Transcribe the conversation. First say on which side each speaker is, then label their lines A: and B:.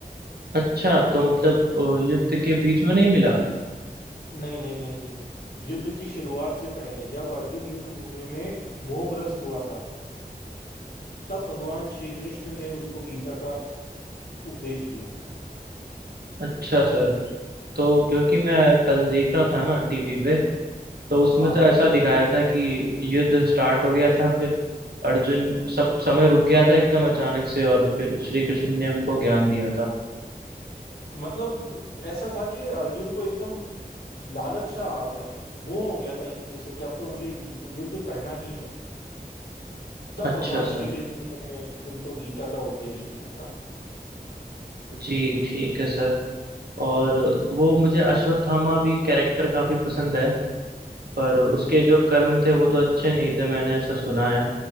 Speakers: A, on the right; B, on the left.
A: अच्छा तो मतलब अ, युद्ध के बीच में नहीं मिला
B: नहीं नहीं नहीं नहीं युद्ध की शुरुआत से पहले जब अर्जुन युद्ध भूमि में मोहग्रस्त हुआ था तब भगवान श्री कृष्ण ने उसको गीता का उपदेश दिया था
A: अच्छा सर तो क्योंकि मैं कल देख रहा था ना टीवी पे तो उसमें
B: हाँ
A: तो
B: हाँ
A: ऐसा दिखाया था कि युद्ध स्टार्ट हो गया था फिर अर्जुन सब समय रुक गया था एकदम अचानक से और फिर श्री कृष्ण ने उनको ज्ञान दिया था
B: मतलब ऐसा था कि अर्जुन को एकदम लालच सा आ गया था मोह हो गया था युद्ध से कि अब तो मुझे युद्ध करना ही है तब
A: अच्छा
B: भगवान
A: सर
B: श्री कृष्ण ने उनको गीता का उपदेश दिया था
A: जी ठीक है सर और वो मुझे अश्वत्थामा भी कैरेक्टर काफी पसंद है पर उसके
B: हम्म हम्म
A: जो कर्म थे वो तो अच्छे नहीं थे मैंने ऐसा सुना है